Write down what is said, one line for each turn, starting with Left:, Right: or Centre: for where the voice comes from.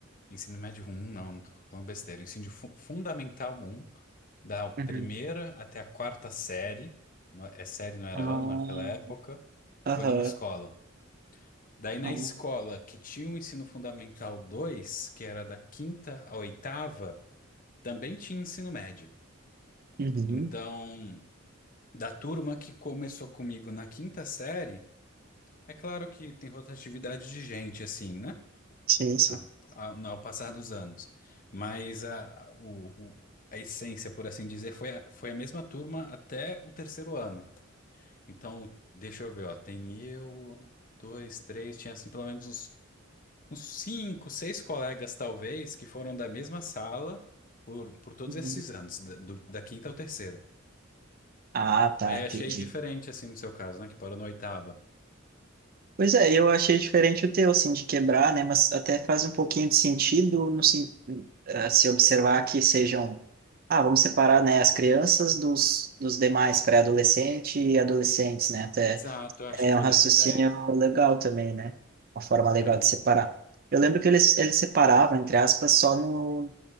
Left: Ensino médio um não, não tô falando besteira. Ensino fu- fundamental um da primeira
Right: uhum.
Left: até a quarta série, não é é série, não era
Right: Ah,
Left: ano naquela época,
Right: aham.
Left: foi numa escola. Daí na
Right: ah,
Left: escola que tinha o ensino fundamental dois que era da quinta à oitava, também tinha ensino médio.
Right: Uhum.
Left: Então, da turma que começou comigo na quinta série, é claro que tem rotatividade de gente, assim, né?
Right: Sim, sim.
Left: a- a- no- ao passar dos anos. Mas a, o, o- a essência, por assim dizer, foi a, foi a mesma turma até o terceiro ano. Então, deixa eu ver, ó, tem eu, dois, três, tinha assim pelo menos uns, uns cinco, seis colegas, talvez, que foram da mesma sala por, por todos
Right: Uhum.
Left: esses anos, da, do- da quinta ao terceiro.
Right: Ah, tá,
Left: Aí
Right: entendi.
Left: achei diferente, assim, no seu caso, né, que parou na oitava.
Right: Pois é, eu achei diferente o teu, assim, de quebrar, né? Mas até faz um pouquinho de sentido no, sen- eh, se observar que sejam. Ah, vamos separar, né, as crianças dos, dos demais pré-adolescente e adolescentes, né? Até
Left: Exato, eu
Right: é
Left: acho que foi
Right: um raciocínio
Left: nessa ideia,
Right: legal também, né? Uma forma legal
Left: pra mim.
Right: de separar. Eu lembro que eles, eles separavam, entre aspas, só no